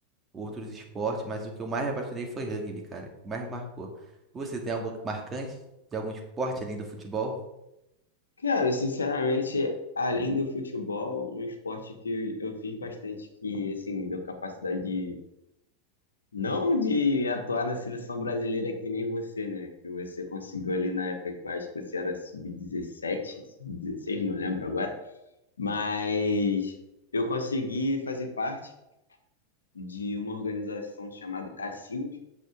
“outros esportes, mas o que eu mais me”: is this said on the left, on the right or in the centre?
Right